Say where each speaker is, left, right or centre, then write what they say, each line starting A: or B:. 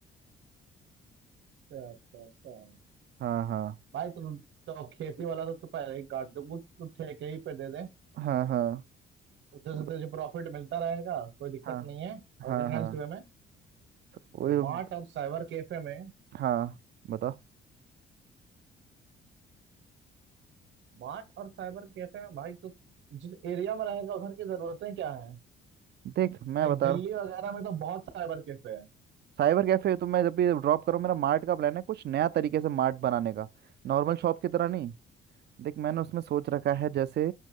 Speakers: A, on the right; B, on the right.
A: अच्छा अच्छा अच्छा।
B: हाँ हाँ
A: भाई तो, तो खेती वाला तो तू पहले ही काट दो कुछ तू ठेके ही पे दे दे
B: हाँ हाँ
A: उधर
B: वो
A: से
B: तो-
A: तुझे प्रॉफिट मिलता रहेगा कोई दिक्कत
B: हाँ
A: नहीं है
B: हाँ
A: ऑर्गेनाइज्ड
B: हाँ
A: वे में
B: वो
A: तो मार्ट और साइबर कैफे में
B: हाँ बता
A: मार्ट और साइबर कैफे में भाई तू जिस एरिया में रहेगा उधर की जरूरतें क्या हैं
B: देख मैं
A: लाइक
B: बता
A: दिल्ली
B: रहा हूँ
A: वगैरह में तो बहुत साइबर कैफे हैं
B: साइबर कैफे तो मैं जब भी ड्रॉप करूँ मेरा मार्ट का प्लान है कुछ नया तरीके से मार्ट बनाने का नॉर्मल शॉप की तरह नहीं देख मैंने उसमें सोच रखा है जैसे